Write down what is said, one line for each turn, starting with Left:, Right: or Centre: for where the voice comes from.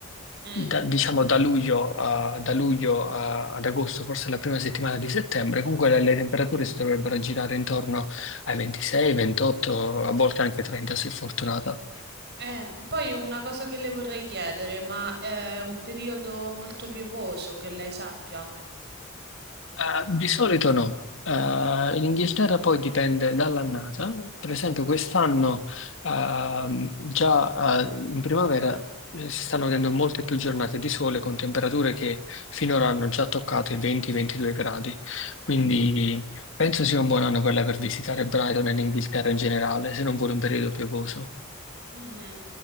Right: Mm.
Left: da- diciamo da luglio, a, da luglio a- ad agosto, forse la prima settimana di settembre, comunque le, le temperature si dovrebbero girare intorno ai 26, 28, a volte anche 30 se fortunata.
Right: Eh, poi una cosa che le vorrei chiedere, ma è un periodo molto piovoso che lei sappia.
Left: Eh, di solito no. Eh, in Inghilterra poi dipende dall'annata. Per esempio, quest'anno ehm, già eh, in primavera eh, si stanno vedendo molte più giornate di sole con temperature che finora hanno già toccato i 20-22 gradi. Quindi penso sia un buon anno per lei per visitare Brighton e l'Inghilterra in generale, se non vuole un periodo piovoso.
Right: Mhm.